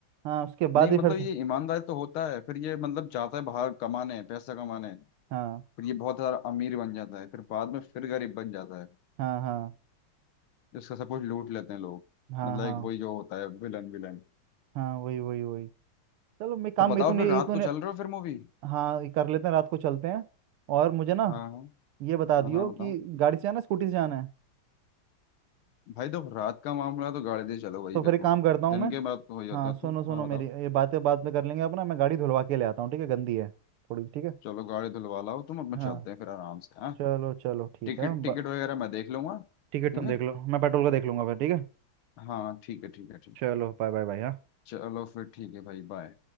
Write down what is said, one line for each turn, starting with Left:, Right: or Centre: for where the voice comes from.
Right: हाँ उसके
Left: नहीं
Right: बाद
Left: मतलब
Right: ही फिर से
Left: ये ईमानदारी तो होता है फिर ये मतलब जाता है बाहर कमाने पैसा कमाने फिर
Right: हाँ
Left: ये बहुत सारा अमीर बन जाता है फिर बाद में फिर गरीब बन जाता है
Right: हाँ हाँ
Left: इसका सब कुछ लूट लेते हैं लोग
Right: हाँ
Left: मतलब
Right: हाँ
Left: एक वही जो होता है विलन विलन
Right: हाँ वही वही वही चलो मैं काम
Left: तो बताओ
Right: ये तूने
Left: फिर रात
Right: ये तूने
Left: को चल रहे हो फिर मूवी
Right: हाँ ये कर लेते हैं रात को चलते हैं और मुझे ना
Left: हाँ हाँ
Right: ये बता दियो
Left: हाँ हाँ
Right: कि
Left: बताओ
Right: गाड़ी से जाना है, स्कूटी से जाना है
Left: भाई देखो रात का मामला है तो गाड़ी दे चलो भाई
Right: तो
Left: देखो
Right: फिर एक काम करता हूँ
Left: दिन
Right: मैं
Left: के बाद तो वही होता
Right: हाँ
Left: थी
Right: सुनो सुनो
Left: हाँ
Right: मेरी
Left: बताओ
Right: ये बातें बाद में कर लेंगे अपना मैं गाड़ी धुलवा के ले आता हूँ ठीक है गंदी है थोड़ी ठीक है
Left: चलो गाड़ी धुलवा लाओ तुम अपना
Right: हाँ
Left: चलते हैं फिर आराम से हाँ
Right: चलो चलो ठीक
Left: टिकट
Right: है
Left: टिकट
Right: ब-
Left: वगैरह मैं देख लूंगा
Right: टिकट
Left: ठीक
Right: तुम
Left: है
Right: देख लो मैं पेट्रोल का देख लूंगा फिर ठीक है
Left: हाँ ठीक है ठीक है ठीक
Right: चलो
Left: है
Right: बाय बाय बाय हाँ
Left: चलो फिर ठीक है भाई बाय